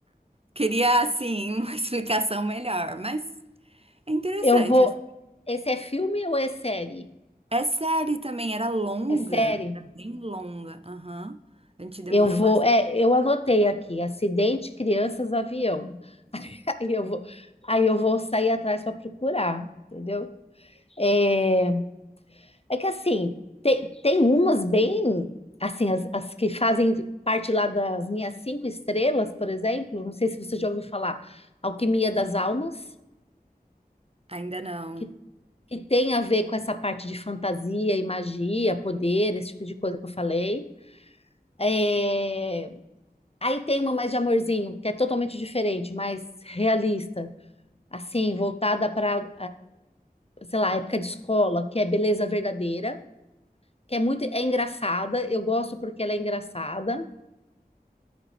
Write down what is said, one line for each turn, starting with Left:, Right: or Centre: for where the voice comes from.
Right: Queria, assim, <laughs> uma explicação melhor. Mas é interessante.
Left: Eu vou.
Right: assim.
Left: Esse é filme ou é série?
Right: É série também, era longa.
Left: É série.
Right: Era bem longa. Aham. A gente demorou
Left: Eu vou.
Right: bastante.
Left: É, eu anotei aqui: acidente, crianças, avião. <laughs> Aí eu vou. Aí eu vou sair atrás para procurar, entendeu? É, é que assim tem, tem umas bem assim as, as que fazem parte lá das minhas cinco estrelas, por exemplo. Não sei se você já ouviu falar. Alquimia das Almas,
Right: Ainda não.
Left: que que tem a ver com essa parte de fantasia e magia, poder, esse tipo de coisa que eu falei. É, Aí tem uma mais de amorzinho, que é totalmente diferente, mais realista, assim, voltada para, sei lá, época de escola, que é beleza verdadeira, que é muito, é engraçada, eu gosto porque ela é engraçada.